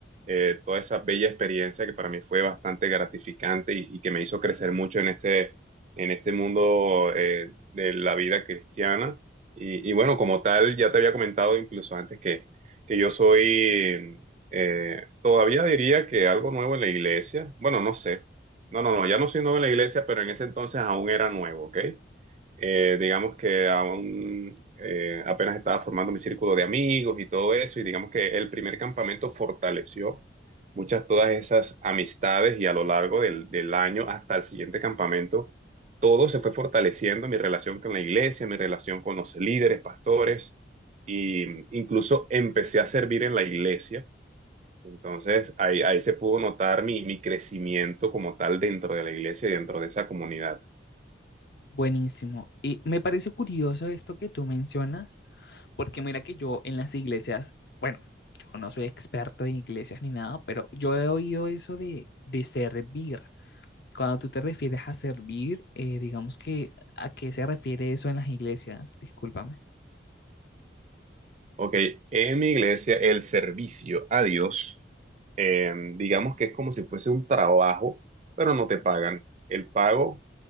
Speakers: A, on the right; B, on the left.
A: eh, toda esa bella experiencia que para mí fue bastante gratificante y, y que me hizo crecer mucho en este, en este mundo eh, de la vida cristiana. Y, y bueno, como tal, ya te había comentado incluso antes que, que yo soy, eh, todavía diría que algo nuevo en la iglesia. Bueno, no sé. No, no, no, ya no soy nuevo en la iglesia, pero en ese entonces aún era nuevo, ¿ok? eh, digamos que aún eh, apenas estaba formando mi círculo de amigos y todo eso, y digamos que el primer campamento fortaleció muchas todas esas amistades y a lo largo del, del año hasta el siguiente campamento, todo se fue fortaleciendo, mi relación con la iglesia, mi relación con los líderes, pastores, y incluso empecé a servir en la iglesia. Entonces ahí, ahí se pudo notar mi, mi crecimiento como tal dentro de la iglesia y dentro de esa comunidad.
B: Buenísimo. Y me parece curioso esto que tú mencionas Porque mira que yo en las iglesias, bueno, yo no soy experto en iglesias ni nada, pero yo he oído eso de, de servir. Cuando tú te refieres a servir, eh, digamos que, ¿a qué se refiere eso en las iglesias? Discúlpame.
A: Ok, en mi iglesia el servicio a Dios, eh, digamos que es como si fuese un trabajo, pero no te pagan. El pago